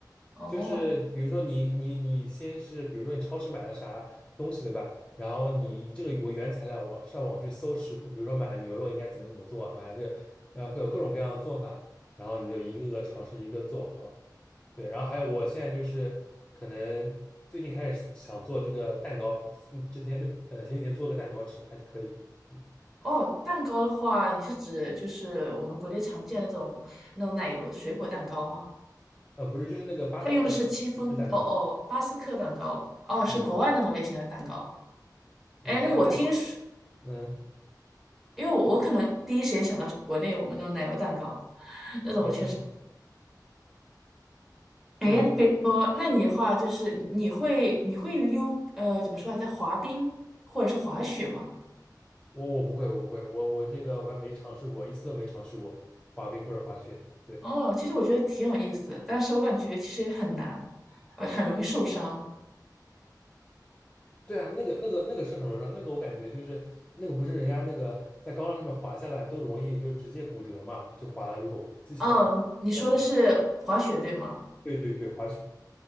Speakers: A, in the centre; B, on the left.
A: 哦
B: 就是比如说你你你先是比如说你超市买了啥东西对吧？然后你以这个为原材料网上网去搜食谱，比如说买了牛肉应该怎么怎么做，买了这个呃会有各种各样的做法，然后你就一个个尝试一个做好了。对，然后还有我现在就是可能最近开始想做这个蛋糕，嗯之前的呃前几天做了个蛋糕吃还可以，嗯
A: 哦，蛋糕的话，你是指就是我们国内常见那种那种奶油水果蛋糕吗？
B: 呃不是就是那个巴斯克芝士蛋糕，
A: 他用的是戚风，哦哦，巴斯克蛋糕，哦，是国外那种类型的蛋糕。
B: 嗯那蛋蛋糕，
A: 哎，那个我听说，
B: 嗯
A: 因为我可能第一时间想到是国内我们那种奶油蛋糕，<laughs> 那种我确实。
B: 嗯嗯
A: 哎，
B: 对。
A: 诶比如说，那你的话就是你你会你会溜呃怎么说来着滑冰或者是滑雪吗？
B: 我我不会，我不会，我我这个我还没尝试过，一次都没尝试过滑冰或者滑雪。对
A: 哦，其实我觉得挺有意思的但是我感觉其实也很难，呃，很容易受伤。
B: 对啊，那个那个那个是很容易伤，那个我感觉就是那个不是人家那个在高浪上面滑下来都容易就是直接骨折嘛，就滑了。如果技巧
A: 哦，你说的是滑雪对吗？
B: 不好的话，对对对，滑雪